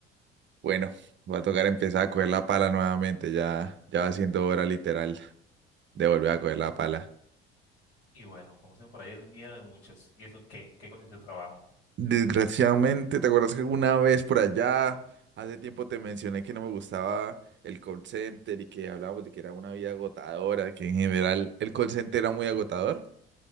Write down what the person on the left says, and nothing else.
Y bueno, como dicen por ahí, el miedo de muchos. ¿Y eso qué? ¿En qué consiste el trabajo?